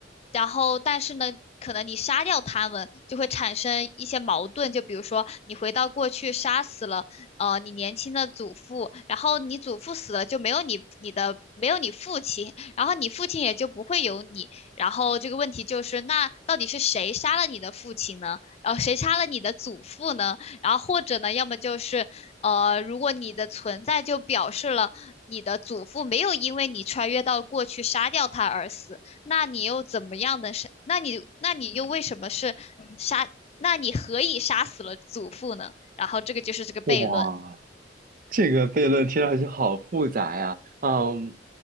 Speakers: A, on the left (about 35°); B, on the right (about 50°).
A: 然后，但是呢，可能你杀掉他们，就会产生一些矛盾。就比如说，你回到过去杀死了，呃，你年轻的祖父，然后你祖父死了，就没有你你的没有你父亲，然后你父亲也就不会有你。然后这个问题就是，那到底是谁杀了你的父亲呢？然后谁杀了你的祖父呢？然后或者呢，要么就是，呃，如果你的存在就表示了你的祖父没有因为你穿越到过去杀掉他而死。那你又怎么样的是，那你那你又为什么是杀？那你何以杀死了祖父呢？然后这个就是这个悖论。
B: 哇，这个悖论听上去好复杂呀，嗯，